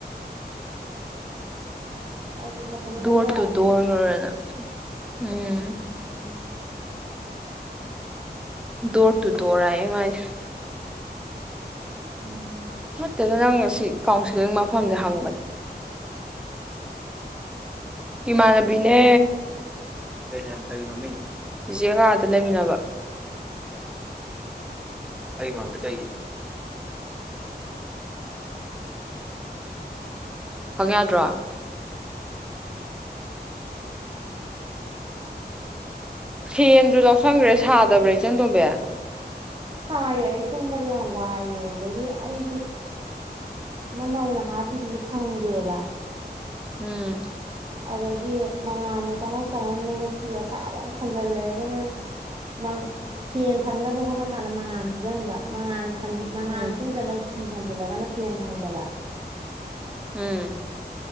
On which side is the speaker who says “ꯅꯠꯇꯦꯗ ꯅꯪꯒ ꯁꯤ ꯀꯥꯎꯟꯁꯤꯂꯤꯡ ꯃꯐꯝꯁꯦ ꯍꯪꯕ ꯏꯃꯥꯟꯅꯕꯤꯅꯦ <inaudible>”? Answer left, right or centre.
Centre